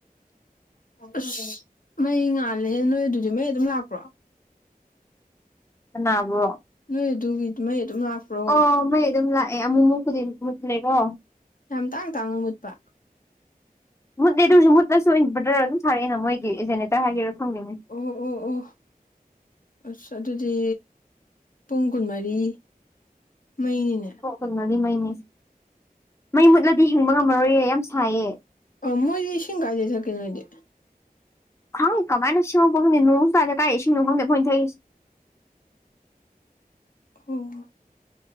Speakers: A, on the left; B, on the left.
A: <unintelligible> <unintelligible> <unintelligible> ꯃꯩ ꯉꯥꯜꯂꯦ ꯅꯣꯏ ꯑꯗꯨꯗꯤ ꯃꯩ ꯑꯗꯨꯝ ꯂꯥꯛꯄ꯭ꯔꯣ
B: ꯀꯅꯥꯕꯣ
A: ꯅꯣꯏ ꯑꯗꯨꯒꯤ ꯃꯩ ꯑꯗꯨꯝ ꯂꯥꯛꯄ꯭ꯔꯣ
B: ꯑꯣ ꯃꯩ ꯑꯗꯨꯝ ꯂꯥꯛꯑꯦ ꯑꯃꯨꯃꯨꯛ <unintelligible> ꯂꯩꯀꯣ
A: ꯌꯥꯝ ꯇꯥꯡ ꯇꯥꯡꯅ ꯃꯨꯠꯄ
B: ꯃꯨꯠꯦ ꯑꯗꯨ ꯑꯣꯏꯁꯨꯨꯠꯁꯨ ꯑꯣꯏ ꯕꯗꯔ ꯑꯗꯨꯝ ꯁꯥꯔꯛꯑꯦꯅ ꯃꯣꯏꯒꯤ ꯖꯦꯅꯦꯇꯥꯔ ꯍꯥꯏꯒꯦꯔꯥ ꯈꯪꯗꯦꯅꯦ
A: ꯑꯣ ꯑꯣ ꯑꯣ ꯑꯁ ꯑꯗꯨꯗꯤ ꯄꯨꯡ ꯀꯨꯟꯃꯔꯤ ꯃꯩꯅꯤꯅꯦ
B: ꯈꯨꯨꯜꯂꯗꯤ ꯃꯩꯅꯦ ꯑꯁꯦ ꯃꯩ ꯃꯨꯠꯂꯗꯤ ꯍꯤꯡꯕ ꯉꯝꯃꯔꯣꯏꯌꯦ ꯌꯥꯝ ꯁꯥꯏꯌꯦ
A: ꯑꯧ ꯃꯣꯏꯗꯤ ꯏꯁꯤꯡ ꯀꯥꯏꯗꯩ ꯊꯛꯀꯦ ꯅꯣꯏꯗꯤ
B: ꯈꯪ ꯀꯃꯥꯏꯅ ꯁꯦꯝꯃꯛꯄ ꯈꯪꯗꯦ ꯅꯣꯡꯁꯨ ꯇꯥꯗꯦ ꯀꯥꯏꯗꯩ ꯏꯁꯤꯡꯅꯣ ꯈꯪꯗꯦ ꯈꯣꯏꯅ ꯊꯛꯏꯁꯤ
A: ꯑꯣ